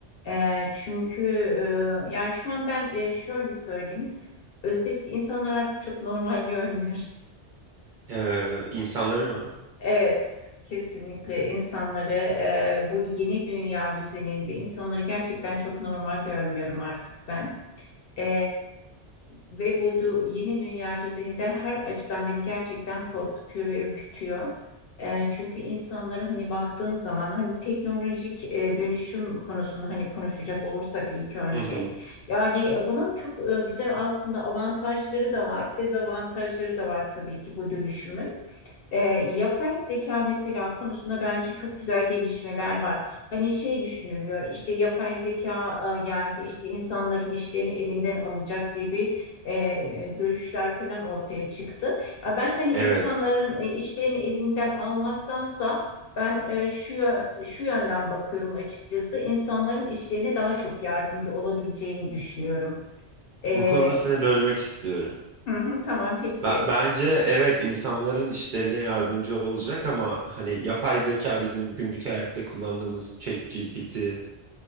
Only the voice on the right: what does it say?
Ee, insanları mı?
Hı hı.
Evet.
Bu konuda seni bölmek istiyorum.
Ben, bence evet insanların işlerine yardımcı olacak ama hani yapay zeka bizim günlük hayatta kullandığımız ChatGPT e,